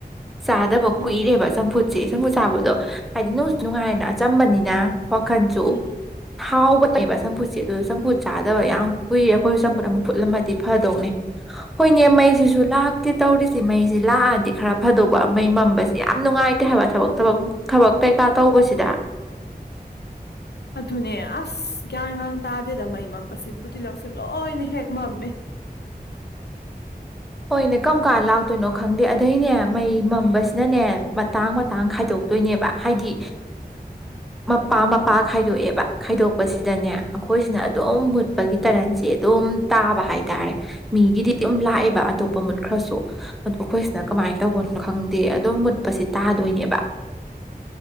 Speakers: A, in the centre; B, on the left (about 85°).
A: ꯆꯥꯗꯕ
B: ꯎꯝ
A: ꯀꯨꯏꯔꯦꯕ ꯆꯝꯐꯨꯠꯁꯦ ꯆꯝꯐꯨꯠ ꯆꯥꯕꯗꯣ ꯍꯥꯏꯗꯤ ꯅꯣꯏꯁꯨ ꯍꯥꯏꯔꯦꯗꯅ ꯑꯆꯝꯕꯅꯤꯅ ꯋꯥ ꯈꯟꯁꯨ
B: ꯎꯝ
A: ꯊꯥꯎ ꯆꯃꯦꯕ ꯆꯝꯐꯨꯠꯁꯦ ꯑꯗꯨ ꯆꯝꯐꯨꯠ ꯆꯥꯗꯕ ꯌꯥꯝ ꯀꯨꯏꯔꯦ ꯑꯩꯈꯣꯏꯁꯨ ꯆꯝꯐꯨꯠ ꯑꯃ ꯐꯨꯠꯂꯝꯃꯗꯤ ꯐꯗꯧꯅꯦ ꯍꯣꯏꯅꯦ ꯃꯩꯁꯤꯁꯨ ꯂꯥꯛꯇꯦ ꯇꯧꯔꯤꯁꯤ ꯃꯩꯁꯤ ꯂꯥꯛꯑꯗꯤ ꯈꯔ ꯐꯗꯧꯕ ꯃꯩ ꯃꯝꯕꯁꯤ ꯌꯥꯝ ꯅꯨꯡꯉꯥꯏꯇꯦ ꯍꯥꯏꯕ ꯊꯕꯛ ꯊꯕꯛ ꯀꯩꯀꯥ ꯇꯧꯕꯁꯤꯗ
B: ꯑꯗꯨꯅꯦ ꯑꯁ ꯒ꯭ꯌꯥꯟꯒꯥꯡ ꯇꯥꯗꯦꯗ ꯃꯩ ꯃꯝꯕꯁꯤ ꯕꯨꯗꯤ ꯂꯧꯁꯤꯡ ꯂꯣꯏꯅ ꯍꯦꯛ ꯃꯝꯃꯤ
A: ꯍꯣꯏꯅꯦ ꯀꯔꯝ ꯀꯥꯟ ꯂꯥꯛꯇꯣꯏꯅꯣ ꯈꯪꯗꯦ ꯑꯗꯩꯅꯦ ꯃꯩ ꯃꯝꯕꯁꯤꯅꯅꯦ ꯃꯇꯥꯡ ꯃꯇꯥꯡ ꯈꯥꯏꯗꯣꯛꯇꯣꯏꯅꯦꯕ ꯍꯥꯏꯗꯤ ꯃꯄꯥ ꯃꯄꯥ ꯈꯥꯏꯗꯣꯛꯑꯦꯕ ꯈꯥꯏꯗꯣꯛꯄꯁꯤꯗꯅꯦ ꯑꯩꯈꯣꯏꯁꯤꯅ ꯑꯗꯨꯝ ꯃꯨꯠꯄꯒꯤ ꯇꯔꯟꯁꯦ ꯑꯗꯨꯝ ꯇꯥꯕ ꯍꯥꯏꯇꯥꯔꯦ ꯃꯤꯒꯤꯗꯤ ꯑꯗꯨꯝ ꯂꯥꯛꯑꯦꯕ ꯑꯇꯣꯞꯄ ꯃꯨꯠꯈ꯭ꯔꯁꯨ ꯑꯗꯨ ꯑꯩꯈꯣꯏꯁꯤꯅ ꯀꯃꯥꯏꯅ ꯇꯧꯕꯅꯣ ꯈꯪꯗꯦ ꯑꯗꯨꯝ ꯃꯨꯠꯄꯁꯦ ꯇꯥꯗꯣꯏꯅꯦꯕ